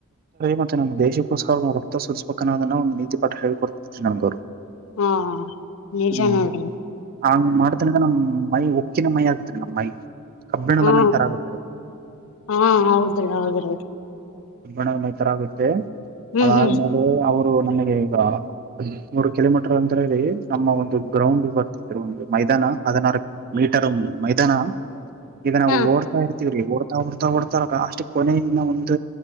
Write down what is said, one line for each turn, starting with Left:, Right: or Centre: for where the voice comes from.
Right: ಮತ್ತು ನಮ್ಮ ದೇಶಕ್ಕೋಸ್ಕರವನ್ನುವು ರಕ್ತ ಸೂರಿಸುವ ಕನ್ನದನ್ನ ಒಂದು ನೀತಿಪಾಠ ಹೇಳಿಕೊಡ್ತಿದ್ದಾರೆ ನಮಗವರು.
Left: ಹಾ ನಿಜ
Right: ಹ್ಮ್
Left: ನೋಡ್ರಿ
Right: ಹಂಗ ಮಾಡ್ತನ್ರ ನಮ್ ಮೈ ಉಕ್ಕಿನ ಮೈ ಆಗತ್ರಿ ನಮ್ ಮೈ ಕಬ್ಬಿಣದ
Left: ಹ
Right: ಮೈ ತರ ಆಗತ್ರಿ
Left: ಹ ಹೌದ್ರಿ ಹೌದ್ರಿ
Right: ಣ ಮೈತರ ಆಗುತ್ತೆ
Left: ಹ್ಮ್
Right: ಅದಾದ್ಮೇಲೆ
Left: ಹ್ಮ್
Right: ಅವರ್ ರು ನಮ್ಗೆ ಈಗ ಹದಿಮೂರ್ ಕಿಲೋಮೀಟರ್ ಅಂದ್ರಲ್ಲಿ ನಮ್ಮ ಒಂದು ಗ್ರೌಂಡ್ ಬರ್ತ ಒಂದು ಮೈ ಮೈದಾನ ಹದಿನಾರು ಮೀಟರು ಮೈದಾನ ಇದ ನಾ
Left: ಹಾ
Right: ಓಡ್ತಾ ಇರ್ತೀವ್ರಿ ಓಡ್ತಾ ಓಡ್ತಾ ಓಡ್ತ ಅಷ್ಟು ಕೊನೆೆಯ ಇನ ಒ ದ್